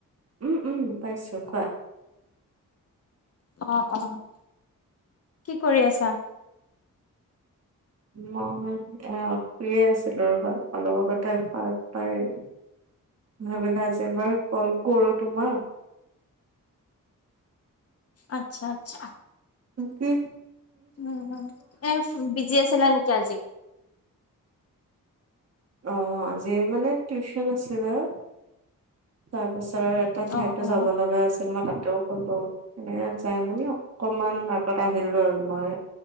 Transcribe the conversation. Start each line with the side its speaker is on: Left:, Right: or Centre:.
Right: উম- উম পাইছো কোৱা?
Left: অ' অ' কি কৰি আছা?
Right: মই, এ শুই আছিলো। ৰব অলপ আগতে তে সাৰ পায়। ভাবিলে আজি এবাৰ কল কৰো তোমাক।
Left: আচ্ছা আচ্ছা।
Right: কি? <unintelligible>
Left: উ, এ বিজি আছিলা নেকি আজি?
Right: অ, আজি মানে টিউচন আছিল আৰু। তাৰপাছত এটা ঠাইতো
Left: অ অ
Right: যাব লগা আছিল। মই তাত টো শুলো এনে যাই মানে অকমান আগত আহিলো আৰু মই।